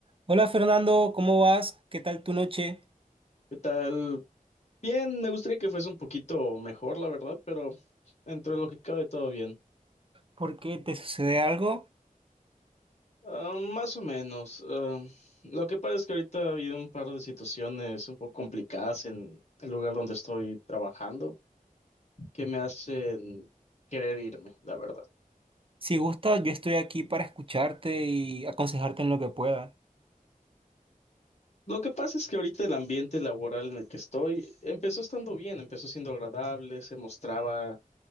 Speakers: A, on the right (about 40°); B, on the left (about 50°).
A: Hola Fernando, ¿cómo vas? ¿Qué tal tu noche?
B: ¿Qué tal? Bien, me gustaría que fuese un poquito mejor, la verdad, pero entre lo que cabe todo bien.
A: ¿Por qué te sucede algo?
B: Ah, más o menos. Ah, lo que pasa es que ahorita ha habido un par de situaciones un poco complicadas en el lugar donde estoy trabajando que me hacen querer irme, la verdad.
A: Si gustas, yo estoy aquí para escucharte y aconsejarte en lo que pueda.
B: Lo que pasa es que ahorita el ambiente laboral en el que estoy empezó estando bien, empezó siendo agradable, se mostraba